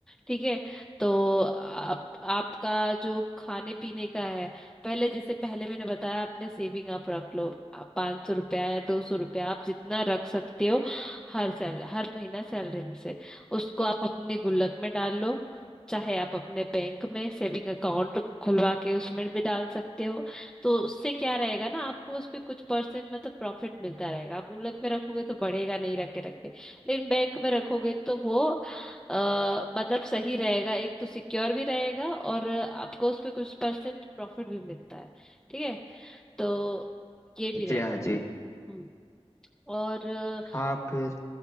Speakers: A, in the centre; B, on the left (about 25°).
A: ठीक है तो आप आपका जो खाने पीने का है पहले जैसे पहले मैंने बताया आपने सेविंग आप रख लो आप पाँच सौ रुपया या दो सौ रुपया आप जितना रख सकते हो हर सैल हर महीना सैलरी में से उसको आप अपनी गुल्लक में डाल लो चाहे आप अपने बैंक में सेविंग अकाउंट खुलवा के उसमें भी डाल सकते हो तो उससे क्या रहेगा ना आपको उस पे कुछ परसेंट मतलब प्रॉफिट मिलता रहेगा आप गुल्लक में रखोगे तो बढ़ेगा नहीं रखे रखे लेकिन बैंक में रखोगे तो वो अ, मतलब सही रहेगा एक तो सिक्योर भी रहेगा और अ, आपको उस पे कुछ परसेंट प्रॉफिट भी मिलता है ठीक है तो ये भी रहता
B: जी हाँ जी
A: हम्म और अ,
B: हाँ फिर